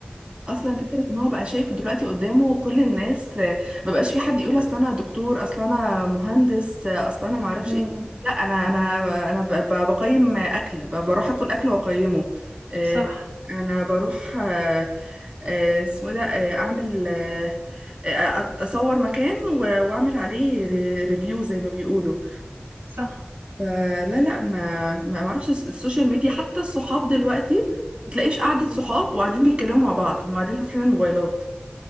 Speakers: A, on the right; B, on the right.
A: اصلا فكره ان هو بقى شايف دلوقتي قدامه كل الناس آه، ما بقاش في حد يقول اصل انا دكتور اصل انا مهندس آه، اصل انا ما اعرفش
B: امم
A: ايه لا انا انا انا ب- ب- بقيم اكل ب- بروح اكل اكل واقيمه آه،
B: صح
A: انا بروح آه، آه، اسمه إيه ده آه، اعمل آه، آه، اصور مكان و- واعمل عليه ريفيو زي ما بيقولوا
B: صح
A: فلا لا ما ما اعرفش الس- السوشيال ميديا حتى الصحاب دلوقتي ما تلاقيش قعدة
B: مم.
A: صحاب وقاعدين بيتكلموا مع بعض هم قاعدين فاتحين الموبايلات